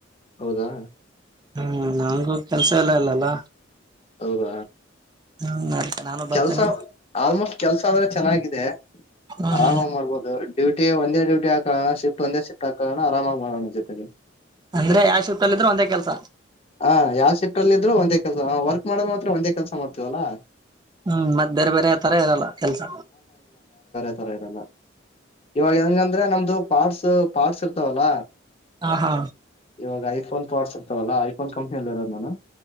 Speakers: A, on the left; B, on the right.
A: ಹೌದಾ
B: ಹ್ಮ್ ನಂಗೂ ಕೆಲ್ಸ ಎಲ್ಲಾ ಇಲ್ಲಲ್ಲ
A: ಹೌದ
B: ಹ್ಮ್ ಅದಕ್ಕೆ ನಾನು ಬರ್ತೇನಿ
A: ಕೆಲ್ಸ ಆಲ್ಮೋಸ್ಟ್ ಕೆಲ್ಸ ಆದ್ರೆ ಚೆನ್ನಾಗಿದೆ
B: ಹ್ಮ್
A: ಹಾ್
B: ಹ್ಮ್
A: ಮಾಡ್ಬೋದು ಡ್ಯಟ ಒಂದ ಡ್ಯಟ ಹಾಕೋಣ ಶಿಫ್ಟ್ ಒಂದ ಶಿಫ್ಟ್ಾಕೋಣ ಆರಾಮಾಗಿ ಮಾಡೋಣ ಜೊತೆ
B: ಅಂದ್ರೆ ಯಾವ ಶುತ್ತಲ್ಲ ಇದ್ರರು ಒಂದೇ ಕೆಲ್ಸ
A: ಹ ಯಾವ್ ಶಿಫ್ಟ್ ಅಲ್ಲಿ ಇದ್ರು ಒಂದೇ ಕೆಲಸ ವರ್ಕ್ ಮಾಡೋದ್ ಮಾತ್ರ ಒಂದೇ ಕೆಲಸ ಮಾಡ್ತೀವಲ್ಲಾ
B: ಹ್ಮ್ ಮತ್ತೆ ಬೇರೆ ಬೇರೆ ತರ ಇರಲ್ಲ ಕೆಲ್ಸ
A: ರ ಇರಲ್ಲ ಇವಾಗ ಹೆಂಗಂದ್ರೆ ನಮ್ದು ಪಾರ್ಟ್ಸ್ ಪಾರ್ಟಸ್ ಇರ್ತಾವಲ್ಲ
B: ಹಾ ಹಾ
A: ಇವಾಗ ಐಫೋನ್ ಫಾಟ್ಸ್ ಇರ್ತವಲ್ಲ ಐಫೋನ್ ಕಂಪ್ನಿಯಲ್ಲಿ ಇರೋದು ನಾನು